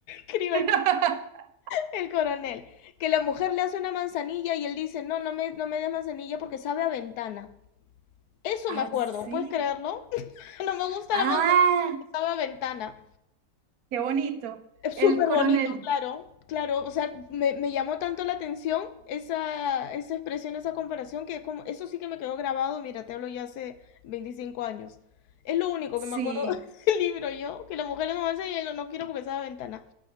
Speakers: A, on the left; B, on the right.
A: escriba
B: <laughs>
A: ahí, el coronel, que la mujer le hace una manzanilla y él dice, no, no me, no me des manzanilla porque sabe a ventana. Eso me
B: Así.
A: acuerdo, ¿puedes creerlo? No me gusta
B: Ah,
A: la manzanilla porque estaba ventana.
B: qué bonito.
A: Es
B: El
A: súper
B: coronel,
A: bonito, claro. Claro, o sea, me, me llamó tanto la atención esa, esa expresión, esa comparación, que como, eso sí que me quedó grabado, mira, te hablo ya hace 25 años. Es lo único
B: sí.
A: que me acuerdo <laughs> del libro yo, que la mujer es una manzanilla y yo no quiero porque estaba ventana.